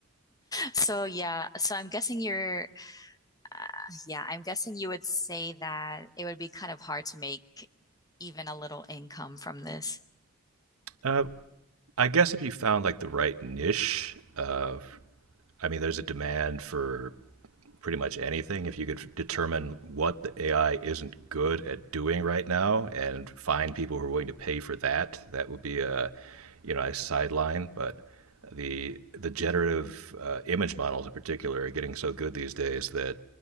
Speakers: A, on the left; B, on the right.
A: So yeah, so I'm guessing you're, uh, yeah, I'm guessing you would say that it would be kind of hard to make even a little income from this.
B: Uh, I guess if you found like the right niche, uh, I mean, there's a demand for pretty much anything if you could determine what the AI isn't good at doing right now and find people who are willing to pay for that. That would be a you know a sideline, but the the generative uh, image models in particular are getting so good these days that